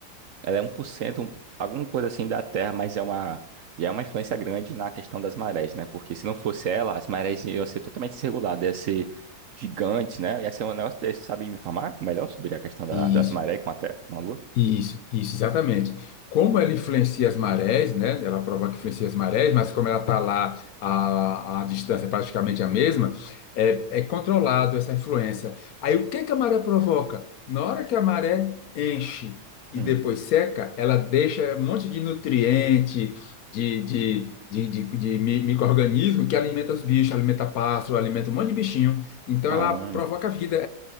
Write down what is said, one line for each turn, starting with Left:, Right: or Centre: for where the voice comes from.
Right: Ela é um por cento, um, alguma coisa assim da Terra, mas é uma, e é uma influência grande na questão das marés, né? Porque se não fosse ela, as marés iam ser totalmente desreguladas, ia ser gigante, né? Ia ser um negócio desse. Sabe me informar melhor sobre a questão da-
Left: Isso.
Right: das marés com a Terra, com a Lua?
Left: Isso, isso, exatamente. Como ela influencia as marés, né? Ela provoca que influencia as marés, mas como ela está lá, a, a distância é praticamente a mesma, é, é controlado essa influência. Aí o que que a maré provoca? Na hora que a maré enche e
Right: Hum.
Left: depois seca, ela deixa um monte de nutriente, de, de, de, de, de mi- micro-organismo que alimenta os bichos, alimenta pássaro, alimenta um monte de bichinho. Então
Right: Ah,
Left: ela
Right: hum.
Left: provoca vida,